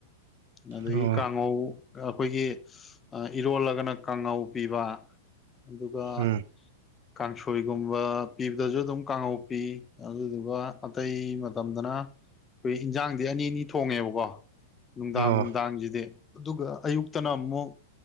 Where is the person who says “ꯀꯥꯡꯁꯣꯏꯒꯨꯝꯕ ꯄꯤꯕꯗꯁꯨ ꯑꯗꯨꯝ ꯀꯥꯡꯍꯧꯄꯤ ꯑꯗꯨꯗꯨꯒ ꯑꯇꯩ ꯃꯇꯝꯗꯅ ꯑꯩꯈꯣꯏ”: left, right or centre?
Left